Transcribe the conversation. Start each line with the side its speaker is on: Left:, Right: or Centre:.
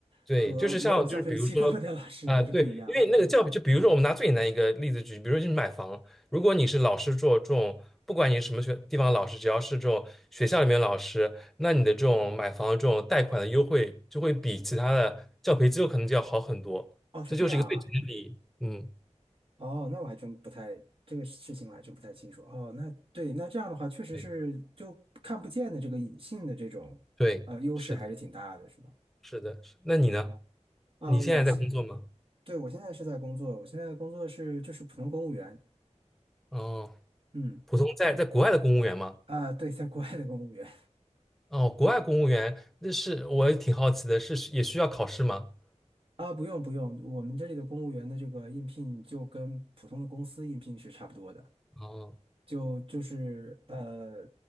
Centre: 对，
Right: 和某某教培机构的老师还是不一样的。
Centre: 就是像就是比如说，啊、对，因为那个教育，就比如说我们拿最简单一个例子举，比如说就是买房，如果你是老师做这种，不管你是什么学地方的老师，只要是这种学校里面的老师，那你的这种买房这种贷款的优惠就会比其他的教培机构可能就要好很多，
Right: 哦，是这样啊。
Centre: 这就是一个最直接的比，嗯，
Right: 哦，那我还真不太，这个事情我还真不太清楚。哦，那对，那这样的话，确实是就看不见的这个隐性的这种呃优势还是挺大的，
Centre: 对对，是的，
Right: 是吧？
Centre: 是的，是那你呢？
Right: 啊，啊，
Centre: 你现在在工作吗？
Right: 我是，对，我现在是在工作，我现在的工作是就是普通公务员，
Centre: 哦，
Right: 嗯，
Centre: 普通在在国外的公务员吗？
Right: 啊，对，在国外的公务员
Centre: 哦，国外公务员，那是我也挺好奇的，是也需要考试吗？
Right: 啊，不用不用，我们这里的公务员的这个应聘就跟普通的公司应聘是差不多的。
Centre: 哦，
Right: 就就是呃，